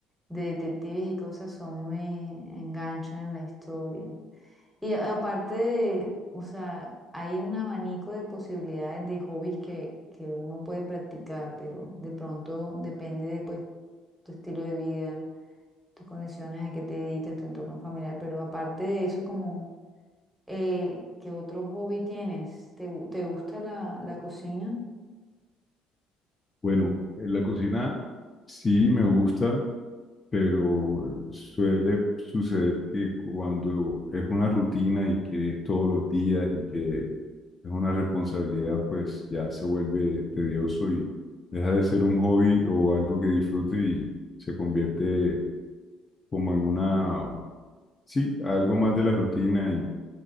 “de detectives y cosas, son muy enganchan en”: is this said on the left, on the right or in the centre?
Centre